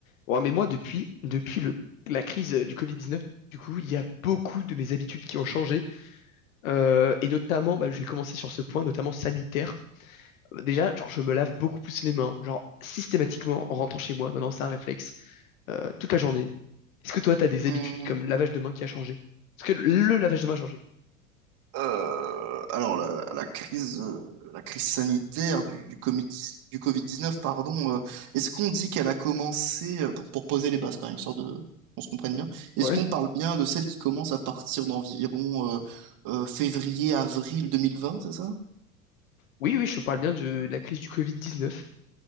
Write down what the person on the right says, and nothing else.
Hmm.
Euh, alors la, la crise, euh, la crise sanitaire du, du Covid, du Covid-19, pardon. euh, est-ce qu'on dit qu'elle a commencé euh, pour, pour poser les bases quand même, histoire de qu'on se comprenne bien. Est-ce
qu'on parle bien de celle qui commence à partir d'environ euh, euh, février-avril 2020, c'est ça?